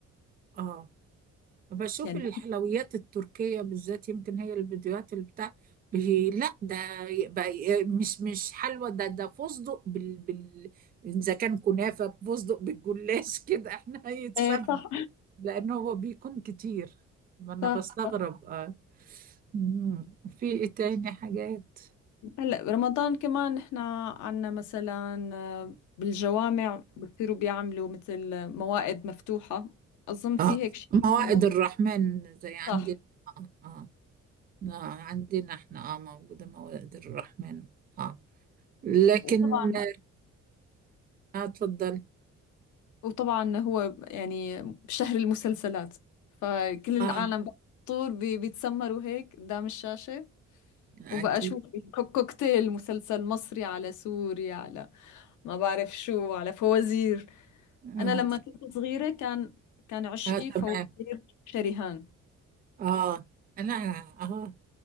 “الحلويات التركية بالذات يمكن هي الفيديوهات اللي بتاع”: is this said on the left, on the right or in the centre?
Right